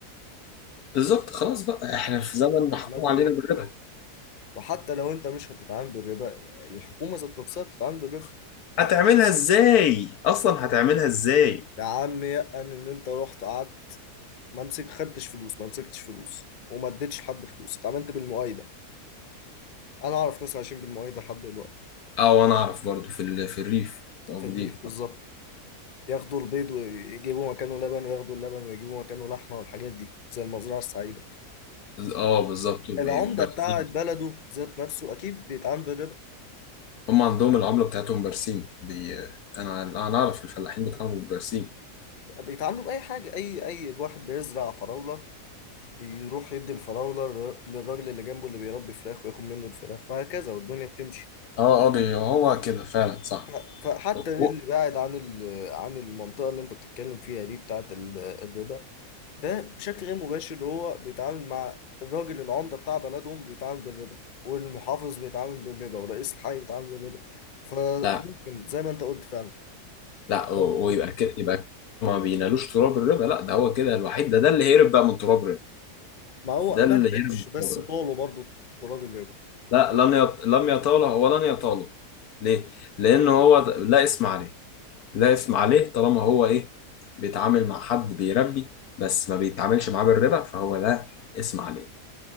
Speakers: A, on the left; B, on the left.
A: بالظبط خلاص بقى احنا في زمن محكوم
B: اعمال بالنيات
A: علينا بالربا
B: وحتى لو انت مش هتتعامل بالربا الحكومه ذات نفسها بتتعامل بالربا
A: هتعملها ازاي اصلا هتعملها ازاي
B: يا عم يأن ان انت رحت قعدت ما مسك خدتش فلوس ما مسكتش فلوس وما اديتش لحد فلوس اتعاملت بالمؤايده انا اعرف ناس عايشين بالمؤايده لحد دلوقتي
A: اه وانا اعرف برضو في ال... في الريف موجودين
B: في الريف بالظبط ياخدوا البيض ويجيبوا مكانه لبن وياخدوا اللبن ويجيبوا مكانه لحمه والحاجات دي زي المزرعه السعيده
A: اه بالظبط وب-
B: العمده
A: برسيم
B: بتاعت بلده ذات نفسه اكيد بيتعامل بالربا
A: هم عندهم العملة بتاعتهم برسيم بي... انا انا اعرف الفلاحين بيتعاملوا بالبرسيم
B: بيتعاملوا باي حاجه اي اي واحد بيزرع فراوله بيروح يدي الفراولة للر- للراجل اللي جنبه اللي بيربي فراخ وياخد منه الفراخ وهكذا والدنيا بتمشي
A: اه اه بي... هو كده فعلا صح
B: ح- فحتى
A: أو- أو-
B: اللي بعد عن ال- عن المنطقة اللي انت بتتكلم فيها دي بتاعة ال- الربا ده بشكل غير مباشر هو بيتعامل مع الراجل العمدة بتاع بلدهم بيتعامل بالربا والمحافظ بيتعامل بالربا ورئيس الحي بيتعامل بالربا فممكن
A: لا
B: زي ما انت قلت فعلا
A: لا أو- ويبقى
B: زي ما انت قلت
A: كده يبقى ما بينالوش تراب الربا لا ده هو كده الوحيد ده ده اللي هيهرب بقى من تراب الربا
B: ما هو
A: ده
B: ما
A: اللي هيهرب
B: هبش
A: من
B: بس
A: تراب الربا
B: طاله برضه تراب الربا
A: لا لم يط... لم يطاله ولن يطاله ليه؟ لأن هو د- لا اسم عليه لا اسم عليه طالما هو إيه بيتعامل مع حد بيربي بس ما بيتعاملش معاه بالربا فهو لا اسم عليه